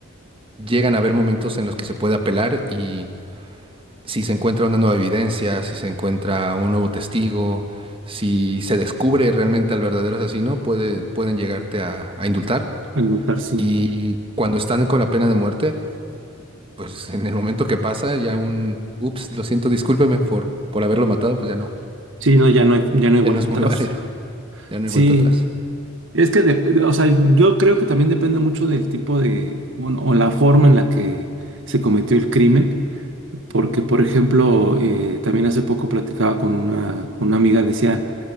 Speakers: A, on the right (about 25°); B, on the right (about 65°).
A: llegan a haber momentos en los que se puede apelar y si se encuentra una nueva evidencia, si se encuentra un nuevo testigo, si se descubre realmente al verdadero asesino, puede, pueden llegarte a, a indultar.
B: Al votar, sí.
A: Y cuando están con la pena de muerte, pues en el momento que pasa, ya un, ups, lo siento, discúlpeme por, por haberlo matado, pues ya no,
B: Sí, no, ya no hay, ya no hay vuelta
A: ya no es muy
B: atrás.
A: <laughs> válido, ya no
B: Sí,
A: hay vuelta atrás.
B: es que, dep- de- o sea, yo creo que también depende mucho del tipo de, bueno, o la forma en la que se cometió el crimen Porque, por ejemplo, eh, también hace poco platicaba con una, una amiga, decía,